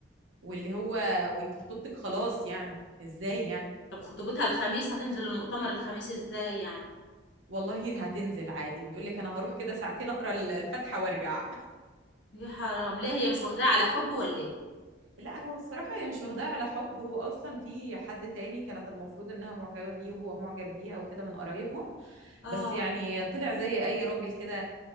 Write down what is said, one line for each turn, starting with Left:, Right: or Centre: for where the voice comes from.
Right: واللي هو وانتي خطوبتك خلاص يعني ازاي يعني
Left: طب خطوبتها الخميس هتنزل المؤتمر الخميس ازاي يعني
Right: والله هتنزل عادي بتقول لك انا هروح كده ساعتين اقرا ال- الفاتحة وارجع
Left: يا حرام ليه هي مش واخداها على حب ولا ايه
Right: لا هو الصراحة هي مش واخداها على حب هو اصلا في حد تاني كانت المفروض انها معجبة بيه وهو معجب بيها وكده من قرايبهم
Left: اه
Right: بس يعني طلع زي اي راجل كده